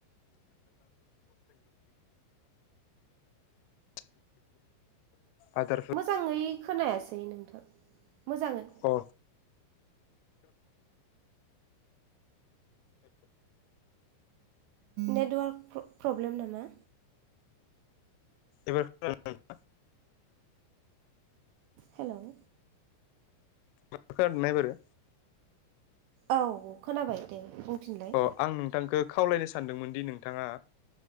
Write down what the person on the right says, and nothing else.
मोजाङै खोनायासै नोंथां मोजाङै
नेटवार्क प्रब्लेम नामा
हेल'
औ खोनाबाय दे बुंफिनलाय